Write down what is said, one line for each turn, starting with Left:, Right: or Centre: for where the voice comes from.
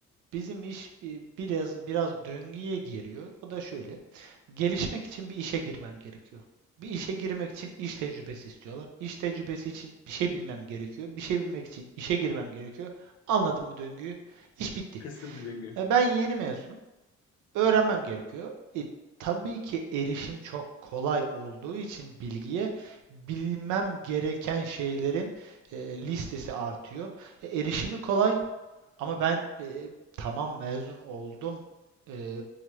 Right: bizim iş e, biraz biraz döngüye giriyor. O da şöyle. Gelişmek için bir işe girmem gerekiyor. Bir işe girmek için iş tecrübesi istiyorlar. İş tecrübesi için bir şey bilmem gerekiyor. Bir şey bilmek için işe girmem gerekiyor. Anladın mı döngüyü? İş bitti.
Left: Kısır bir döngü.
Right: E, Ben yeni mezunum öğrenmem gerekiyor. E, tabii ki erişim çok kolay olduğu için bilgiye bilmem gereken şeylerin e, listesi artıyor. E, erişimi kolay ama ben e, tamam mezun oldum. E,